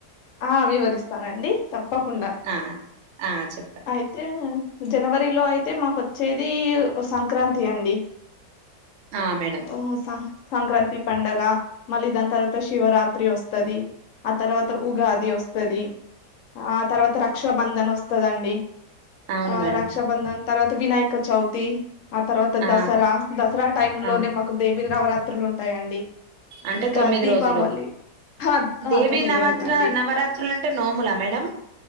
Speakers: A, on the left; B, on the right.
A: ఆ వివరిస్తానండి తప్పకుండా
B: ఆ ఆ చెప్పండి
A: అయితే జనవరిలో అయితే మాకొచ్చేది ఓ సంక్రాంతి అండి
B: ఆ మేడం
A: ఓ సా సంక్రాంతి పండగ మళ్లీ దాని తర్వాత శివరాత్రి వస్తాది ఆ తర్వాత ఉగాది వస్తాది ఆ తర్వాత రక్షాబంధన్ వస్తాదండి
B: అవును
A: ఆ
B: మేడం
A: రక్షాబంధన్ తర్వాత వినాయక చవితి ఆ తర్వాత
B: ఆ
A: దసరా దసరా టైమ్
B: ఆ
A: లోనే మాకు దేవి నవరాత్రులు ఉంటాయండి
B: అంటే
A: ఇంకా
B: తొమ్మిది
A: దీపావళి
B: రోజులు
A: హా
B: దేవి
A: తొమ్మిది
B: నవత్ర
A: రోజు రండి
B: నవరాత్రులు అంటే నోములా మేడం